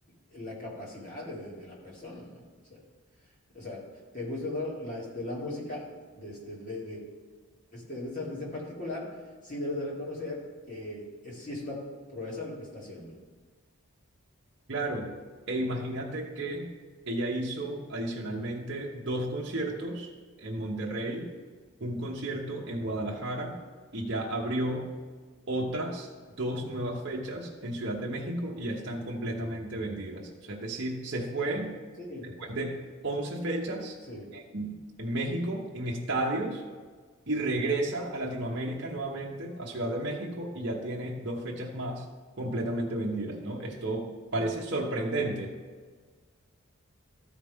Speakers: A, on the left; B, on the right.
A: el- la capacidad de, de- de la persona, ¿no? O sea, o sea, te gusta o no la, este, la música de este, de, de este, de este artista en particular, sí debes de reconocer que es, sí es una proeza lo que está haciendo.
B: Claro, e imagínate que ella hizo adicionalmente dos conciertos en Monterrey, un concierto en Guadalajara y ya abrió otras dos nuevas fechas en Ciudad de México y ya están completamente vendidas. O sea, es decir, se fue
A: Sí,
B: después de once fechas
A: sí.
B: en, en México, en estadios, y regresa a Latinoamérica nuevamente, a Ciudad de México, y ya tiene dos fechas más completamente vendidas, ¿no? Esto parece sorprendente.